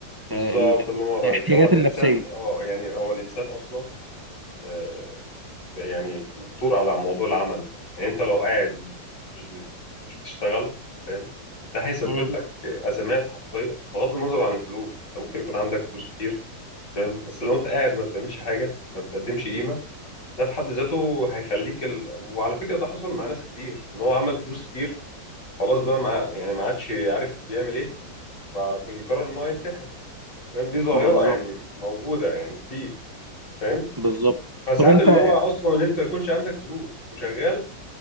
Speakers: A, on the left; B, on the right.
A: بالظبط
B: آه، ال-
A: اللي نور عليك
B: الاحتياجات
A: هو الإنسان
B: النفسية
A: أه يعني هو الإنسان أصلا آه، يعني مفطور على موضوع العمل ده يعني أنت لو قاعد مش بت- مش بتشتغل فاهم؟ ده هيسبب
B: مم.
A: لك أزمات حرفيا بغض النظر عن الفلوس أنت ممكن يكون عندك فلوس كتير فاهم؟ بس لو أنت قاعد ما بتعملش حاجة ما بتقدمش قيمة ده في حد ذاته هيخليك ال... وعلى فكرة ده حصل مع ناس كتير ان هو عمل فلوس كتير خلاص بقى مع... يعني ما عادش عارف يعمل ايه فيقرر ان هو ينتحر فاهم دي ظاهرة
B: بالظبط
A: يعني موجودة يعني كتير فاهم
B: بالظبط
A: فساعات
B: طب أنت
A: اللي هو اصلا ان انت ما يكونش عندك فلوس وشغال